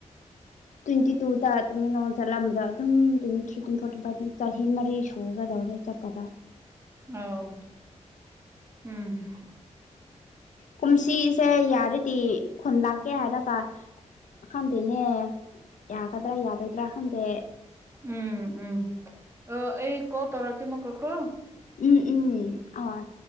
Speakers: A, on the left; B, on the right.
A: ꯇ꯭ꯋꯦꯟꯇꯤꯇꯨꯗ ꯇꯥꯃꯦꯡꯂꯣꯡ ꯆꯠꯂꯝꯕ ꯑꯗꯨꯝ ꯇ꯭ꯋꯦꯟꯇꯤꯊ꯭ꯔꯤ ꯇꯋ꯭ꯦꯟꯇꯤꯐꯣꯔ ꯇꯋ꯭ꯦꯟꯇꯤꯐꯥꯏꯚ ꯆꯍꯤ ꯃꯔꯤ ꯁꯨꯒꯗꯧꯔꯦ ꯆꯠꯇꯕ
B: ꯑꯣ ꯑꯝ
A: ꯀꯨꯝꯁꯤꯁꯦ ꯌꯥꯔꯤꯠ ꯇꯤ ꯈꯨꯟ ꯂꯥꯛꯀꯦ ꯍꯥꯏꯔꯒ ꯈꯪꯗꯦꯅꯦ ꯌꯥꯒꯗ꯭ꯔꯥ ꯌꯥꯗꯣꯏꯗ꯭ꯔꯥ ꯈꯪꯗꯦ
B: ꯑꯝ ꯑꯝ ꯑꯥ ꯑꯩ ꯀꯣꯜ ꯇꯧꯔꯛꯀꯦ ꯑꯃꯨꯛꯀ ꯀꯣ
A: ꯑꯝ ꯑꯝ ꯍꯣꯏ